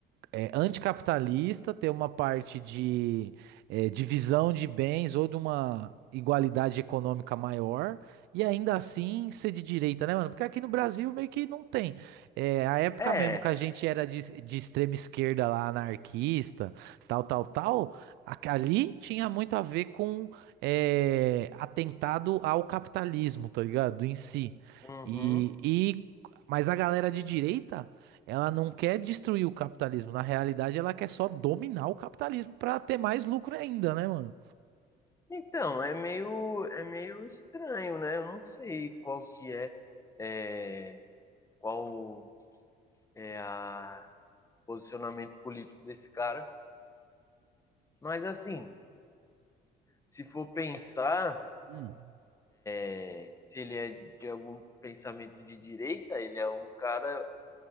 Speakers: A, on the right (about 85°); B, on the left (about 20°).
A: é, anticapitalista, ter uma parte de é, divisão de bens ou de uma igualdade econômica maior, e ainda assim ser de direita, né, mano? Porque aqui no Brasil meio que não tem. É, a época
B: É,
A: mesmo que a gente era de, de extrema esquerda lá, anarquista, tal, tal, tal, a- ali tinha muito a ver com é, atentado ao capitalismo, tá ligado? Em si.
B: uhum.
A: E, e, mas a galera de direita. Ela não quer destruir o capitalismo. Na realidade, ela quer só dominar o capitalismo pra ter mais lucro ainda, né, mano?
B: então, é meio, é meio estranho, né? Eu não sei qual que é, é, qual é a posicionamento político desse cara, mas assim, se for pensar,
A: Hum,
B: é, se ele é de algum pensamento de direita, ele é um cara